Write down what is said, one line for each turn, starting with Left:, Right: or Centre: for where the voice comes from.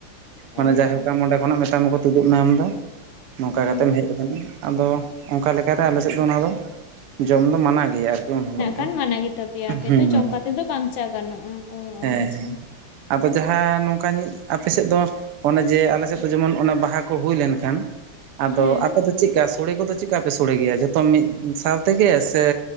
Left: ᱚ
Right: ᱢᱟᱱᱮ ᱡᱟᱭ ᱦᱳᱠ
Left: ᱚ
Right: ᱟᱢ ᱚᱸᱰᱮ ᱠᱷᱚᱱᱟᱜ ᱢᱮᱛᱟᱢᱟ ᱠᱚ ᱛᱩᱫᱩᱜ ᱢᱮ ᱟᱢᱫᱚ ᱱᱚᱝᱠᱟ
Left: ᱦᱮᱸ
Right: ᱠᱟᱛᱮᱢ ᱦᱮᱡ ᱠᱟᱱᱟ᱾ ᱟᱫᱚ ᱚᱱᱠᱟ ᱞᱮᱠᱟᱨᱮ ᱟᱞᱮ ᱥᱮᱫ ᱫᱚ ᱚᱱᱟᱫᱚ ᱡᱚᱢ ᱫᱚ ᱢᱟᱱᱟ ᱜᱮᱭᱟ ᱟᱨᱠᱤ᱾ ᱩᱱ ᱦᱤᱞᱳᱜ ᱫᱚ
Left: ᱠᱷᱟᱱ ᱢᱟᱱᱟ ᱜᱮᱛᱟ ᱯᱮᱭᱟ ᱟᱯᱮ
Right: ᱦᱩᱸ
Left: ᱫᱚ ᱡᱚᱢ
Right: ᱦᱮᱸ
Left: ᱠᱟᱛᱮᱫᱚ ᱵᱟᱧ ᱪᱟ ᱜᱟᱱᱚᱜᱼᱟ ᱚ ᱚ
Right: ᱦᱮᱸ
Left: ᱟᱪᱪᱷᱟ᱾
Right: ᱟᱫᱚ ᱡᱟᱦᱟᱸ ᱱᱚᱝᱠᱟ ᱟᱯᱮ ᱥᱮᱫ ᱫᱚ ᱚᱱᱮ ᱡᱮ ᱟᱞᱮ ᱥᱮᱫ ᱫᱚ ᱡᱮᱢᱚᱱ ᱚᱱᱮ ᱵᱟ ᱞᱟᱦᱟ ᱠᱚ ᱦᱩᱭ ᱞᱮᱱᱠᱷᱟᱱ ᱟᱫᱚ
Left: ᱦᱮᱸ
Right: ᱟᱯᱮ ᱫᱚ ᱪᱮᱫᱠᱟ ᱥᱚᱲᱮ ᱠᱚᱫᱚ ᱪᱮᱫ ᱞᱮᱠᱟ ᱯᱮ ᱥᱚᱲᱮ ᱜᱮᱭᱟ ᱡᱚᱛᱚ ᱢᱤᱫ ᱥᱟᱶ ᱛᱮᱜᱮ ᱥᱮ